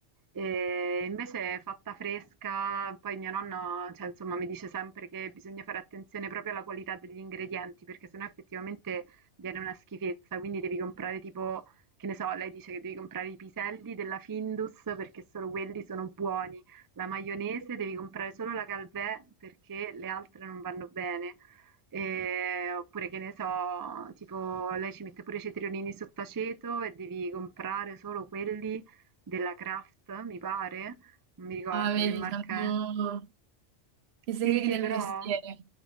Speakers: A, on the right; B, on the right.
A: E invece è fatta fresca, poi mia nonna, cioè, insomma, mi dice sempre che bisogna fare attenzione proprio alla qualità degli ingredienti, perché sennò effettivamente viene una schifezza, quindi devi comprare tipo, che ne so, lei dice che devi comprare i piselli della Findus perché solo quelli sono buoni, la maionese devi comprare solo la Calvé perché le altre non vanno bene. E- oppure che ne so, tipo lei ci mette pure i cetriolini sott'aceto e devi comprare solo quelli della Kraft, mi pare, non mi ricordo
B: Ah, vedi,
A: che marca
B: siamo
A: è.
B: i segreti
A: Sì, sì,
B: del
A: però
B: mestiere.